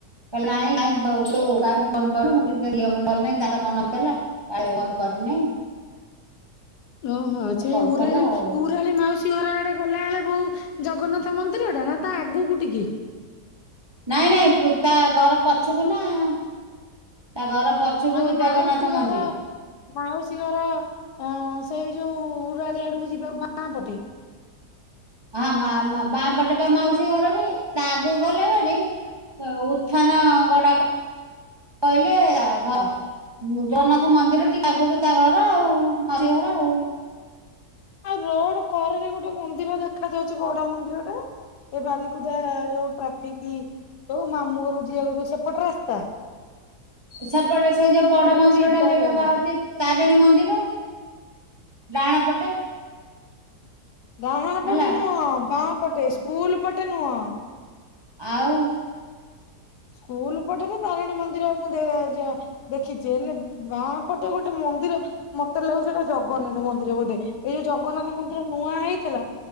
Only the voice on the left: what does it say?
ଓହୋ ସେଇ
ଉରାଳି,
ଉରାଳି ମାଉସୀ ଘର ଆଡେ ଗଲାବେଳେକୁ ଜଗନ୍ନାଥ ମନ୍ଦିରଟା। ନା, ତା ଆଗକୁ ଟିକେ।
ମାନେ ମାଉସୀ
ଘର ମାଉସୀ ଘର ଅ ସେଇ ଯୋଉ ଉରାଳି ଆଡକୁ ଯିବାକୁ ବାଁ ପଟେ।
ଆଉ ରୋଡ୍ କରେରେ ଗୋଟେ ମନ୍ଦିର ଦେଖା ଯାଉଛି, ବଡ ମନ୍ଦିର ଟା। ଏ ବାଲିକୁଦା ଯୋଉ ଟ୍ରାଫିକ୍ ଯୋଉ ମାମୁଁ ଘରୁକୁ ଯିିବାକୁୁ ଯୋଉ ସେପଟେ ରାସ୍ତା।
ଆମେ
ସିଧା
ଯାଉଛେ
ଡାହାଣ
ପଟେ ନୁହଁ, ବାଁ ପଟେ, ସ୍କୁଲ ପଟେ ନୁହଁ।
ସ୍କୁଲ୍ ପଟେ ତ ତାରିଣୀ ମନ୍ଦିର ମୁଁ ଦ-ଯ ଦେଖିଛି ହେଲେ, ବାଁ ପଟେ ଗୋଟେ ମନ୍ଦିର ମତେ ଲାଗୁଛି ସେଟା ଜଗନ୍ନାଥ ମନ୍ଦିର ବୋଧେ। ଏଇ ଜଗନ୍ନାଥ ମନ୍ଦିର ନୂଆ ହେଇଥିଲା।